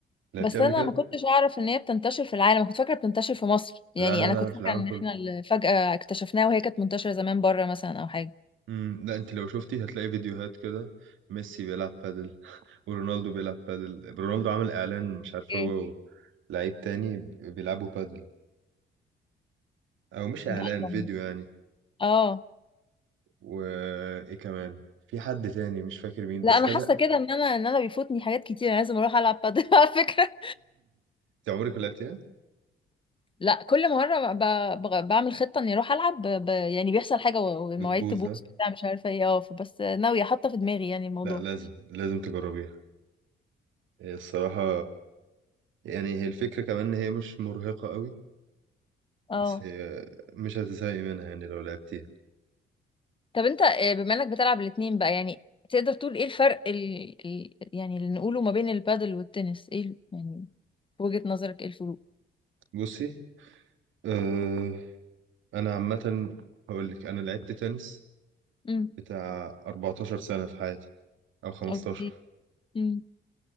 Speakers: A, on the right; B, on the left.
A: لعبتها
B: بس
A: قبل
B: انا
A: كده
B: ما كنتش اعرف ان هي بتنتشر في العالم كنت فاكره بتنتشر في مصر يعني
A: لا لا
B: انا كنت
A: لا في
B: فاكره
A: العالم
B: ان
A: كله
B: احنا اللي فجاه اكتشفناها وهي كانت منتشره زمان بره مثلا او حاجه
A: امم لا انت لو شفتي هتلاقي فيديوهات كده ميسي بيلعب بادل <laughs> ورونالدو بيلعب بادل رونالدو عمل اعلان مش عارف
B: ايه
A: هو لعيب تاني بيلعبوا بادل او مش اعلان
B: ده ده-
A: فيديو يعني
B: اه
A: وايه كمان في حد تاني مش فاكر مين بس
B: لا انا
A: كذا
B: حاسه
A: <laughs>
B: كده ان انا ان انا بيفوتني حاجات كتير انا لازم اروح العب بادل <laughs> على فكره
A: انت عمرك ما لعبتيها
B: لا كل مرة ب... ب... بعمل خطة اني اروح العب ب... ب... يعني بيحصل حاجة و- والمواعيد
A: بتبوظ
B: تبوظ
A: ها
B: بتاع مش عارفة ايه اه بس ناوية حاطة في دماغي يعني الموضوع
A: لا لازم لازم تجربيها هي الصراحة يعني هي الفكرة كمان ان هي مش مرهقة قوي
B: اه
A: بس هي مش هتزهقي منها يعني لو لعبتيها
B: طب انت آه، بما انك بتلعب الاتنين بقى يعني تقدر تقول ايه الفرق ال... ال... يعني اللي نقوله ما بين البادل والتنس ايه ال... يعني في وجهة نظرك ايه الفروق
A: بصي آه، انا عامه هقول لك انا لعبت تنس
B: امم
A: بتاع 14 سنه في حياتي او 15
B: اوكي امم